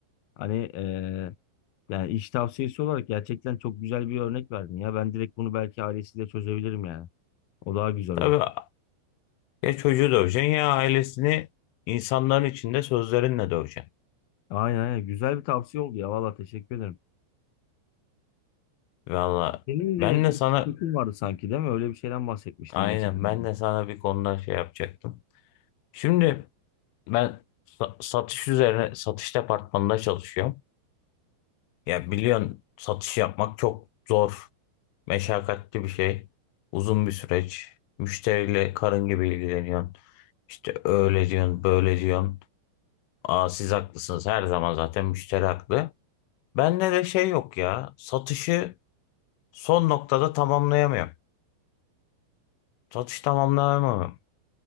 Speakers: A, on the left (about 60°); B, on the left (about 85°).
A: Hani eee, yani iş tavsiyesi olarak gerçekten çok güzel bir örnek verdin ya. Ben direkt bunu belki ailesiyle çözebilirim yani. O daha güzel
B: Tabii
A: olur.
B: Ya çocuğu döveceksin ya ailesini insanların içinde sözlerinle döveceksin.
A: Aynen aynen. Güzel bir tavsiye oldu ya. Valla teşekkür ederim.
B: Valla
A: Senin de
B: ben de sana
A: bir sıkıntın vardı sanki değil mi? Öyle bir şeyden bahsetmiştin
B: aynen
A: geçen. gün.
B: ben de sana bir konuda şey yapacaktım. Şimdi ben sa- satış üzerine satış departmanında çalışıyorum. Ya biliyorsun satış yapmak çok zor, meşakkatli bir şey. Uzun bir süreç. Müşteriyle karın gibi ilgileniyorsun. İşte öyle diyorsun, böyle diyorsun. Aa, siz haklısınız her zaman zaten müşteri haklı. Bende de şey yok ya. Satışı Son noktada tamamlayamıyorum. Satış tamamlayamıyorum.